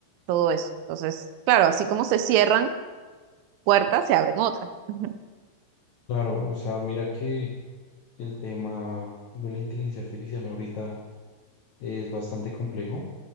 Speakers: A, on the right (about 85°); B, on the left (about 85°).
A: todo eso. Entonces, claro, así como se cierran puertas, se abren otras. <laughs>
B: Claro, o sea, mira que el tema de la inteligencia artificial ahorita es bastante complejo.